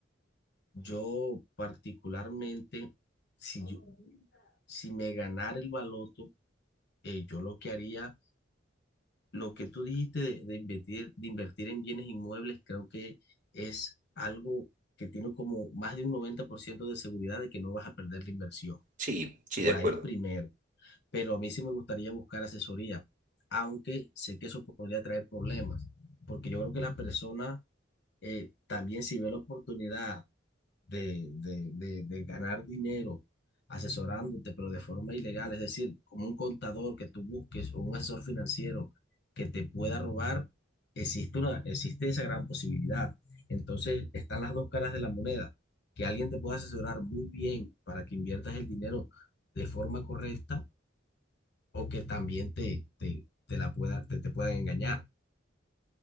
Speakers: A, on the left; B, on the right.
A: yo particularmente, si yo, si me ganara el baloto, eh, yo lo que haría, lo que tú dijiste de, de invertir, de invertir en bienes inmuebles, creo que es algo que tiene como más de un 90% de seguridad de que no vas a perder la inversión.
B: Sí, sí,
A: Por
B: de acuerdo.
A: ahí primero. Pero a mí sí me gustaría buscar asesoría, aunque sé que eso podría traer problemas, porque yo creo que la persona eh, también si ve la oportunidad de, de, de, de ganar dinero asesorándote, pero de forma ilegal, es decir, como un contador que tú busques o un asesor financiero que te pueda robar, existe, una, existe esa gran posibilidad. Entonces, están las dos caras de la moneda, que alguien te pueda asesorar muy bien para que inviertas el dinero de forma correcta o que también te, te, te la pueda, te, te puedan engañar.